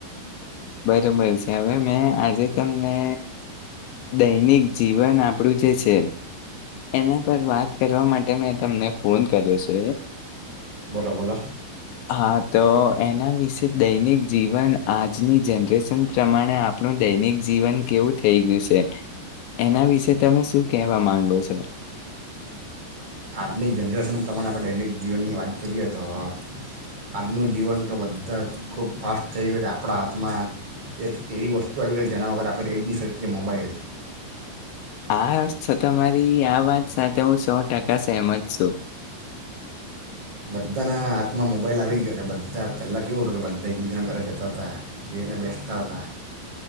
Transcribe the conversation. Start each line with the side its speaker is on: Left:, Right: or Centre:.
Left: બરોબર સે હવે મે આજે તમને દૈનિક જીવન આપણું જે છે એના પર વાત કરવા માટે મે તમને ફોન કર્યો છે
Right: બોલો બોલો
Left: હા તો એના વિષે દૈનિક જીવન આજની જનરેશન પ્રમાણે આપણું દૈનિક જીવન કેવું થઈ ગયું છે એના વિશે તમે શું કેહેવા માંગો છો
Right: આજની જનરેશન પ્રમાણે આપણે દૈનિક જીવનની વાત કરીએ તો આજનુ જીવન તો બધા જ ખૂબ ફાસ્ટ થઈ ગયુ છે આપણા હાથમા એક એવી વસ્તુ આવી ગઈ જેના વગર આપણે રેય જ ની શકીએ મોબાઈલ
Left: આ છ તમારી આ વાત સાથે હું સો ટકા સહેમત સુ
Right: બધાના હાથમા મોબાઈલ આવી ગયો છે બધા પહેલાં કેવુ હતુ કે બધા એકબીજાના ઘરે જતાતા જેને બેસતા હતા